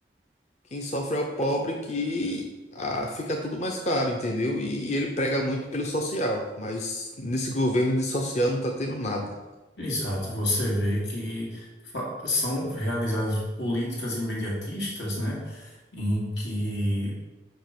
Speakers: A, on the left; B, on the left.
A: Quem sofre é o pobre que ah, fica tudo mais caro, entendeu? E, ele prega muito pelo social, mas nesse governo de social não tá tendo nada.
B: Exato, você vê que fa- são realizadas políticas imediatistas, né? em que